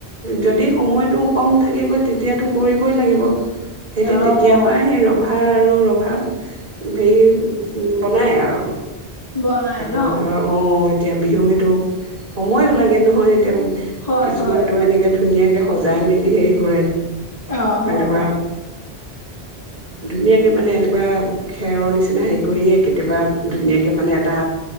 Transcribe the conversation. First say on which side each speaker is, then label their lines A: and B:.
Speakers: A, on the right; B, on the left.
A: যদি সময়টো কম থাকেগৈ তেতিয়াতো কৰিবই লাগিব। সেইটো
B: অ
A: তেতিয়াৰ।।
B: অ
A: পৰা সেই ৰভা আ আৰু ৰভা হেৰি বনায় আৰু।।
B: বনাই
A: আকৌ
B: ন
A: ধৰা অ এতিয়া বিহু।। কিটো সময়ো লাগে নহয় এতিয়া
B: হয়
A: কিছুমান
B: হয়
A: তো এনেকে ধুনীয়াকে সজাই মেলি হেৰি কৰে
B: অ
A: এনেকোৱা
B: অ
A: ধুনীয়াকে মানে এনেকুৱা খেৰৰ নিচিনা হেৰি কৰিয়েই কেতিয়াবা ধুনীয়াকে মানে এটা